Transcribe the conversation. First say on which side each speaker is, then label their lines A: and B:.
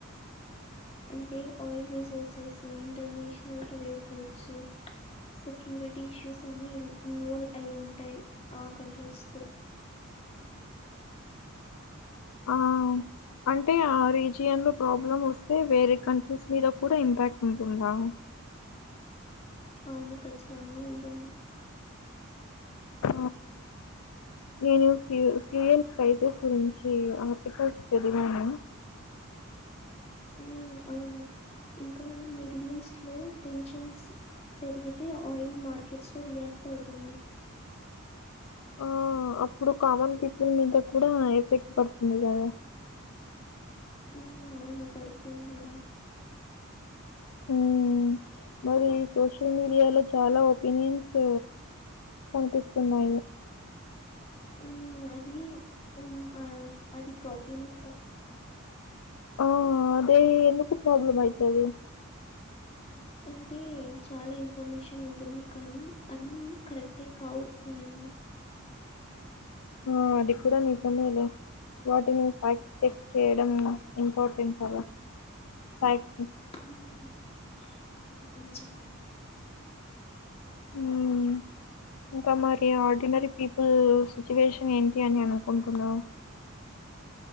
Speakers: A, on the left; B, on the left.
A: అంటే oil resources international trade routes security issues అన్ని ఇన్వాల్వ్ అయి ఉంటాయి ఆ కంట్రీస్ తో
B: ఆ అంటే ఆ రీజియన్ లో ప్రాబ్లం వస్తే వేరే కంట్రీస్ మీద కూడా ఇంపాక్ట్ ఉంటుందా
A: అవును కచ్చితంగా ఉంటుంది
B: ఆ నేను ఫ్యూ ఫ్యూయల్ ప్రైజెస్ గురించి ఆర్టికల్స్ చదివాను
A: ఉ అవును ఇంకా మీరిలీస్ట్ లో టెన్షన్స్ పెరిగితే ఆయిల్ మార్కెట్స్ లో రియాక్ట్ అవుతున్నాయి
B: ఆ అప్పుడు కామన్ పీపుల్ మీద కూడా ఎఫెక్ట్ పడుతుంది కదా
A: ఉ అవును పడుతుందీ రా
B: హ్మ్ హు మరి సోషల్ మీడియా లో చాలా ఒపీనియన్స్ కనిపిస్తున్నాయి
A: హ్మ్ అది హ్మ్ హా అది ప్రాబ్లం కూడా
B: ఓ ఆ అదే ఎందుకు ప్రాబ్లమ్ అయితది
A: అంటే చాలా ఇన్ఫర్మేషన్ ఉంటుంది కానీ అన్ని కరెక్టే కావు అవన్నీ
B: ఆ అది కూడా నిజమేలే వాటిని ఫ్యాక్ట్ చెక్ చేయడం ఇంపార్టెంట్ కద ఫ్యాక్ట్
A: హ్మ్ అవును నిజమే
B: హ్మ్. ఇంకా మరి ఆర్డినరీ పీపుల్ సిచ్యువేషన్ ఏంటి అని అనుకుంటున్నావు